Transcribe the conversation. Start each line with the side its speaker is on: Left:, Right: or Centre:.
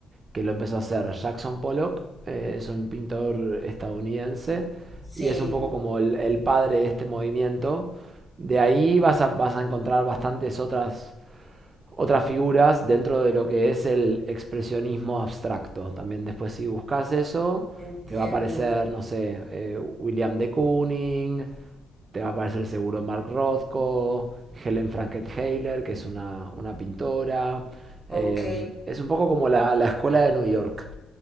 Right: que lo empezó a hacer. Jackson Pollock eh, es un pintor estadounidense
Centre: sí,
Right: y es un poco como el, el padre de este movimiento. De ahí vas a, vas a encontrar bastantes otras otras figuras dentro de lo que es el expresionismo abstracto. También después si buscas eso,
Centre: entiendo.
Right: te va a aparecer, no sé, eh, William de Kooning, te va a aparecer seguro Mark Rothko, Helen franket que es una, una pintora. Eh,
Centre: Ok,
Right: es un poco como la, la escuela de New York